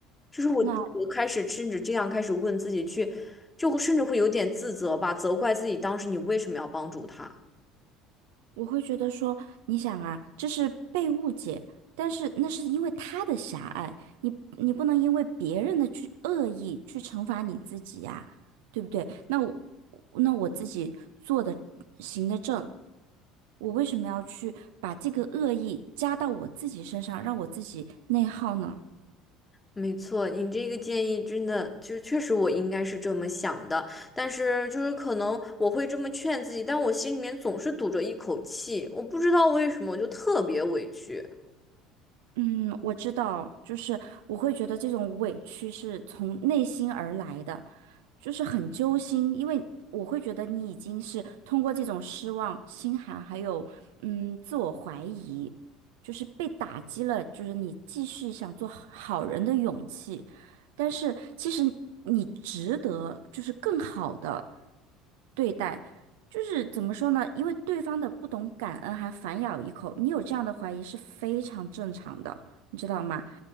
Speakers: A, on the left (about 20°); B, on the right (about 70°).
A: 就是我，
B: 那
A: 我开始甚至这样开始问自己去，就甚至会有点自责吧，责怪自己当时你为什么要帮助他。
B: 我会觉得说，你想啊，这是被误解，但是那是因为他的狭隘，你你不能因为别人的去恶意去惩罚你自己呀、对不对？那我自己做的行得正，我为什么要去把这个恶意加到我自己身上，让我自己内耗呢？
A: 没错，你这个建议真的就是确实我应该是这么想的，但是就是可能我会这么劝自己，但我心里面总是堵着一口气，我不知道为什么，我就特别委屈。
B: 嗯，我知道，就是我会觉得这种委屈是从内心而来的，就是很揪心，因为我会觉得你已经是通过这种失望、心寒，还有嗯自我怀疑，就是被打击了，就是你继续想做好人的勇气，但是其实你值得就是更好的。对待，就是怎么说呢？因为对方的不懂感恩还反咬一口，你有这样的怀疑是非常正常的，你知道吗？